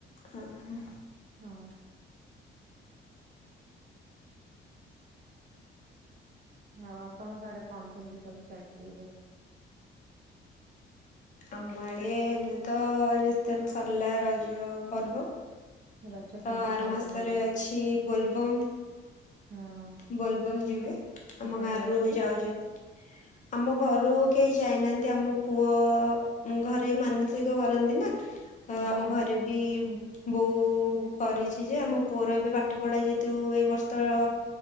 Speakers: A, on the left; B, on the right.
A: ହଁ ହଁ।
B: ହଁ। ଆଉ ଆପଣଙ୍କ ଆଡେ କଣ କେମିତି ସବୁ ଚାଲିଚି ଏବେ।
A: ଆମ ଆଡେ ଏବେ ତ ରିତେନ୍ ସରିଲା ରଜ ପର୍ବ।
B: ରଜ
A: ତ
B: କେମିତି
A: ଆର
B: କଣ
A: ମାସ୍ତରେ
B: କଟେଇଲେ?
A: ଅଛି ବୋଲବମ୍।
B: ହଁ।
A: ବୋଲବମ୍ ଯିବେ
B: ଆପଣ
A: ଆମ ଗାଁରୁ
B: ଯାଉଛନ୍ତି
A: ଯାଉଚନ୍ତି। ଆମ ଘରୁ କେହି ଯାଇନାହାନ୍ତି ଆମ ପୁଅ ଘରେ ମାନସିକ କରନ୍ତି ନା ତ
B: ଆଚ୍ଛା।
A: ଆମ ଘରେ ବି ବୋଉ କରିଚି ଯେ ଆମ ପୁଅର ଏବେ ପାଠ ପଢା ଯେହେତୁ ଏଇ ବସ୍ତ୍ରର